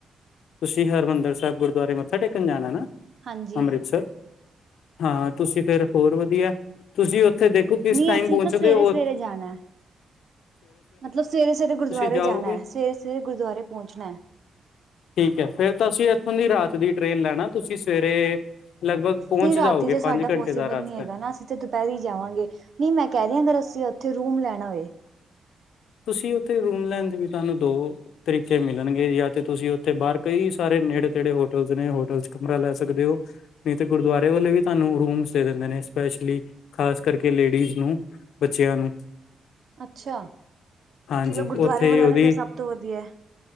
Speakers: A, on the left; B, on the right.
A: ਤੁਸੀਂ 'ਹਰਿਮੰਦਰ ਸਾਹਿਬ' ਗੁਰਦੁਆਰੇ ਮੱਥਾ ਟੇਕਣ ਜਾਣਾ ਨਾ?
B: ਹਾਂਜੀ
A: ਅੰਮ੍ਰਿਤਸਰ ਹਾਂ ਤੁਸੀਂ ਫਿਰ ਹੋਰ ਵਧੀਆ ਤੁਸੀਂ ਉੱਥੇ ਦੇਖੋ ਕਿਸ
B: ਨਹੀਂ
A: ਟਾਈਮ
B: ਅਸੀਂ
A: ਪਹੁੰਚਦੇ
B: ਤਾਂ ਸਵੇਰੇ
A: ਓ
B: ਸਵੇਰੇ ਜਾਣਾ ਹੈ ਮਤਲਬ ਸਵੇਰੇ ਸਵੇਰੇ ਗੁਰਦੁਆਰੇ
A: ਜਾਓਗੇ
B: ਜਾਣਾ ਹੈ ਸਵੇਰੇ ਸਵੇਰੇ ਗੁਰਦੁਆਰੇ ਪਹੁੰਚਣਾ ਹੈ
A: ਠੀਕ ਹੈ ਫਿਰ ਤਾਂ ਅਸੀਂ ਇੱਥੋਂ ਦੀ ਰਾਤ ਦੀ ਟ੍ਰੇਨ ਲੈਣਾ ਤੁਸੀਂ ਸਵੇਰੇ ਲਗਭਗ ਪਹੁੰਚ
B: ਨਹੀਂ ਰਾਤੀ
A: ਜਾਓਗੇ
B: ਤੇ ਸਾਡਾ
A: ਪੰਜ ਘੰਟੇ
B: ਪੋਸੀਬਲ
A: ਦਾ ਰਸਤਾ
B: ਨਹੀਂ ਹੈਗਾ ਨਾ ਅਸੀਂ ਅਸੀਂ ਤੇ ਦੁਪਹਿਰੀ ਜਾਵਾਂਗੇ ਨਹੀਂ ਮੈਂ ਕਹਿ ਰਹੀ ਆ ਅਗਰ ਅਸੀਂ ਉੱਥੇ ਰੂਮ ਲੈਣਾ ਹੋਏ
A: ਤੁਸੀਂ ਉੱਥੇ ਰੂਮ ਲੈਣ ਦੇ ਵੀ ਤੁਹਾਨੂੰ ਦੋ ਤਰੀਕੇ ਮਿਲਣਗੇ ਯਾਂ ਤੇ ਤੁਸੀਂ ਉੱਥੇ ਬਾਹਰ ਕਈ ਸਾਰੇ ਨੇੜੇ ਤੇੜੇ ਹੋਟਲ ਨੇ ਹੋਟਲ ਚ ਕਮਰਾ ਲੈ ਸਕਦੇ ਹੋ ਨਹੀਂ ਤੇ ਗੁਰਦੁਆਰੇ ਵਾਲੇ ਵੀ ਤੁਹਾਨੂੰ ਰੂਮਸ ਦੇ ਦਿੰਦੇ ਨੇ ਸਪੈਸ਼ਲੀ ਖ਼ਾਸ ਕਰਕੇ ਲੇਡੀਜ਼ ਨੂੰ ਬੱਚਿਆਂ ਨੂੰ
B: ਅੱਛਾ
A: ਹਾਂਜੀ
B: ਚਲੋ ਗੁਰਦੁਆਰੇ
A: ਉੱਥੇ
B: ਵਾਲਾ
A: ਉਹਦੀ
B: ਤੇ ਫਿਰ ਸਭ ਤੋਂ ਵਧੀਆ ਏ